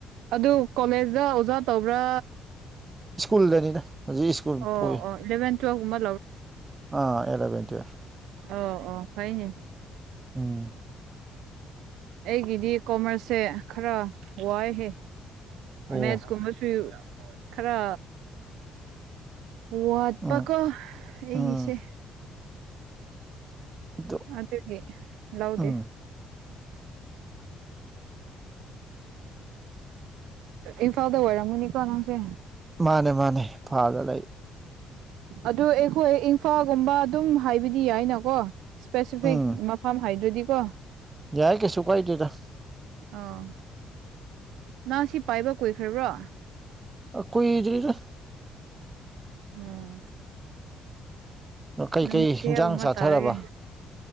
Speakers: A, on the right (about 80°); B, on the right (about 25°).
A: ꯑꯗꯨ ꯀꯣꯂꯦꯖꯇ ꯑꯣꯖꯥ ꯇꯧꯕ꯭ꯔꯥ
B: ꯁ꯭ꯀꯨꯜꯗꯅꯤꯗ ꯍꯧꯖꯤꯛ ꯁ꯭ꯀꯨꯜ
A: ꯑꯣ
B: ꯄꯨꯢ
A: ꯑꯣ ꯏꯂꯚꯦꯟ ꯇꯨꯋꯦꯜꯕꯀꯨꯝꯕ
B: ꯑꯥ ꯑꯦꯂꯕꯦꯟ ꯇꯨꯌꯦꯞ
A: ꯑꯥꯎ ꯑꯥꯥꯎ ꯐꯩꯅꯦ
B: ꯎꯝ
A: ꯑꯩꯒꯤꯗꯤ ꯀꯣꯃꯔꯁꯁꯦ ꯈꯔ ꯋꯥꯏꯍꯦ
B: ꯑꯣ
A: ꯃꯦꯁꯀꯨꯝꯃꯁꯨ ꯈꯔ ꯋꯥꯠꯄꯀꯣ
B: ꯎꯝ
A: ꯑꯩꯒꯤꯁꯦ
B: ꯎꯝ ꯑꯗꯨ
A: ꯑꯗꯨꯗꯤ ꯂꯧꯗꯦ
B: ꯎꯝ
A: ꯏꯝꯐꯥꯜꯗ ꯑꯣꯏꯔꯝꯒꯅꯤꯀꯣ ꯅꯪꯁꯦ
B: ꯃꯥꯅꯦ ꯃꯥꯅꯦ ꯐꯥꯗ ꯂꯩ
A: ꯑꯗꯨ ꯑꯩꯈꯣꯏ ꯏꯝꯐꯥꯜꯒꯨꯝꯕ ꯑꯗꯨꯝ ꯍꯥꯏꯕꯗꯤ ꯌꯥꯏꯅꯀꯣ ꯏꯁꯄꯦꯁꯤꯐꯤꯛ
B: ꯎꯝ
A: ꯃꯐꯝ ꯍꯥꯏꯗ꯭ꯔꯗꯤꯀꯣ
B: ꯌꯥꯏ ꯀꯩꯁꯨꯨ ꯀꯥꯏꯗꯦꯗ
A: ꯑꯣ ꯅꯪ ꯁꯤ ꯄꯥꯏꯕ ꯀꯨꯏꯈ꯭ꯔꯕ꯭ꯔꯣ
B: ꯀꯨꯢꯗ꯭ꯔꯤꯗ
A: ꯎꯝ
B: ꯀꯩꯀꯩ
A: ꯅꯨꯃꯤꯠ ꯀꯌꯥꯒꯨꯝꯕ
B: ꯍꯤꯟꯖꯥꯡ ꯆꯥꯊꯔꯕ
A: ꯇꯥꯔꯒꯦ